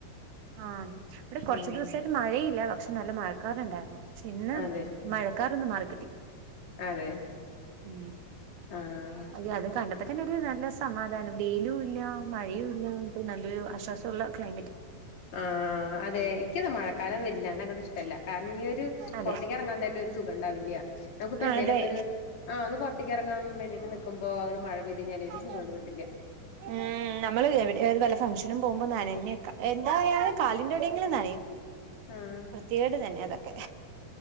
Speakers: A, on the right; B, on the left.
A: ആഹ് ഇവിടെ കൊറച്ച്
B: ഉം
A: ദിവസമാ യിട്ട് മഴയില്ല പക്ഷെ നല്ല മഴക്കാറ്ണ്ടായിരുന്നു. പിന്നെ
B: അതെ
A: മഴക്കാറൊന്ന് മാറിക്കിട്ടി.
B: അതെ
A: ഉ
B: ആഹ്
A: അ അത് കണ്ട പ്പൊ തന്നെ ഒരു നല്ല സമാധാനം വെയിലും ഇല്ല മഴയും ഇല്ല ഒരു നല്ലൊരു ആശ്വാസവുള്ള ക്ലൈമറ്റ്.
B: ആ ആ അതെ ഇനിക്കത് മഴക്കാലം വല്ലാണ്ടങ്ങ് ഇഷ്ടവല്ല കാരണം ഈയൊരു
A: അതെ
B: പുറത്തേക്ക് ഇറങ്ങാൻ തന്നെ ഒരു സുഖം ഉണ്ടാവില്ല. നമുക്ക്പ്പോ
A: ആ
B: എന്തേലൊക്കെ
A: അതെ
B: ഒരു ആഹ് ഒന്ന് പുറത്തേക്ക് ഇറങ്ങാ വേണ്ടീട്ട് നിക്കുമ്പോ അങ്ങെട് മഴ പെയ്ത് കഴിഞ്ഞാല്
A: <unintelligible>
B: ഒരു സുഖങ്ങട് കിട്ടില്ല
A: ഉ നമ്മള് എവിടെയാലും നല്ല സ് ഫംഗ്ഷനും പോകുമ്പോ നനഞ്ഞക്കെ എന്തായാലും കാലിന്റെവിടെയെങ്കിലും നനയും.
B: ആഹ്
A: വൃത്തിയേട് തന്നെ അതൊക്കെ